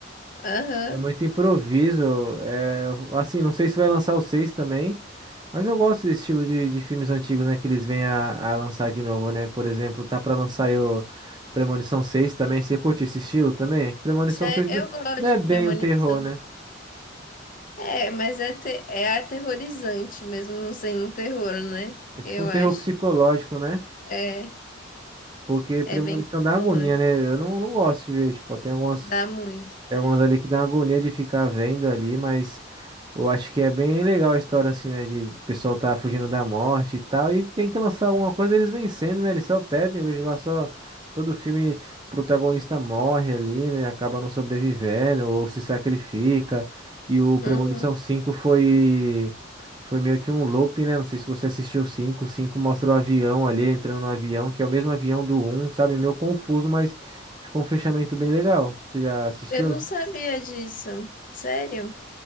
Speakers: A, on the left (about 45°); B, on the right (about 25°).
A: Aham.
B: É muito improviso. É, assim, não sei se vai lançar o 6 também, mas eu gosto desse estilo de, de filmes antigos, né? Que eles vêm a, a lançar de novo, né? Por exemplo, tá pra lançar aí o Premonição 6 também. Você curte esse estilo também? É que Premonição
A: Sé-
B: 6
A: Eu gosto
B: não é
A: de
B: bem
A: premonição.
B: um terror, né?
A: É, mas é, te- é aterrorizante mesmo não sendo um terror, né?
B: É tipo
A: Eu
B: um terror
A: acho.
B: psicológico, né?
A: É.
B: Porque Premonição
A: É bem
B: dá agonia,
A: psicológico.
B: né? Eu não, não gosto de ver. Tipo, tem algumas
A: Dá muito.
B: Tem
A: Ai.
B: algumas ali que dá uma agonia de ficar vendo ali, mas eu acho que é bem legal a história assim, né? De o pessoal tá fugindo da morte e tal. E tem que lançar alguma coisa, eles vencendo, né? Eles só pedem, eu vejo lá só todo filme, o protagonista morre ali, né? Acaba não sobrevivendo ou se sacrifica. E o Premonição
A: Uhum.
B: 5 foi. Foi meio que um loop, né? Não sei se você assistiu o cinco O 5 mostra o avião ali, ele entrando no avião, que é o mesmo avião do um, sabe? Meio confuso, mas ficou um fechamento bem legal. Você já assistiu?
A: Eu não sabia disso. Sério?